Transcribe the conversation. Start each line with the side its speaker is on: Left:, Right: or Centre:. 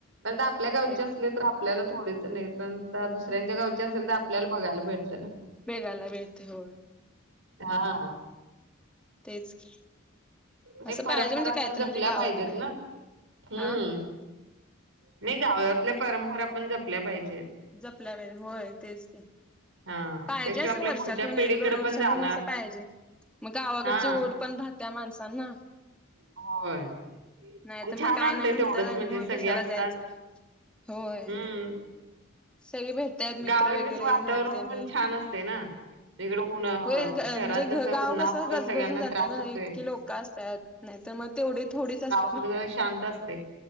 Right: आपल्या गावचे
Centre: ते
Right: असले आपल्याला थोच नाही पण दुसऱ्यांच्या गावची असेल तर आपल्याला बघाला भेट
Centre: बेगाला बेळते हो.
Right: हा.
Centre: तेच की.
Right: नाही
Centre: असं
Right: परंपरा
Centre: पाहिजे म्हणजे काहीतरी
Right: पण जपल्या
Centre: म्हणजे गावाकडे
Right: पाहिजेत ना? हं
Centre: हा
Right: नाही गावातल्या परंपरा पण जपल्या पाहिजे
Centre: जपल्या वेळ होय तेच ते
Right: हा
Centre: पाहिजे
Right: त्याशिवाय
Centre: अस
Right: आपल्या
Centre: वर्षातून
Right: पुढच्या पिढीकडे
Centre: एक दोन वर्षातून
Right: पण जाणार
Centre: असं पाहिजे मग गावाकडची
Right: हा
Centre: ओढ पण राहत्या माणस सांना
Right: होय.
Centre: नाही
Right: आणि
Centre: तर
Right: छान
Centre: मग काय
Right: वाटतंय
Centre: नाही म्हणतात
Right: तेवढंच
Centre: आणि
Right: म्हणजे
Centre: मग
Right: सगळे
Centre: कशाला
Right: असतात
Centre: जायचं होय
Right: हम्म
Centre: सगळे भेटतात मित्र
Right: गावाकडे
Centre: वगैरे
Right: कसं वातावरण
Centre: मैत्रिणी
Right: पण छान असते ना. इकडं ऊन
Centre: होय म्हणजे
Right: शहरात कसं
Centre: गाव
Right: उन्हामुळे
Centre: कस गजबजून
Right: सगळ्यांना
Centre: जातय
Right: त्रास
Centre: ना
Right: होतोय.
Centre: एक कि लोक असत नाही तर मग तेवढी थोडीच अस
Right: म्हणजे कसं शांत असते.